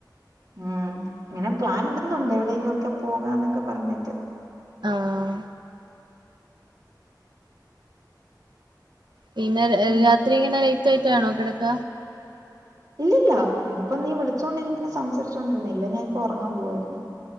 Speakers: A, on the right; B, on the right.
A: ഉം ഇങ്ങനെ പ്ലാൻ ഇടുന്നുണ്ട് എവിടെേങ്കലും ഒക്കെ പോകാന്നൊക്കെ പറഞ്ഞിട്ട്
B: ആഹ് പിന്നെ
A: ഉം
B: രാത്രി ഇങ്ങനെ ലേറ്റ് ആയിട്ടാണോ കിടക്ക
A: ഇല്ലല്ല ഇതിപ്പൊ നീ വിളിച്ചോണ്ട് ങ്ങനെ സംസാരിച്ചോണ്ടിരുന്നില്ല ഞാനിപ്പ ഉറങ്ങാൻ പോവായിരുന്നു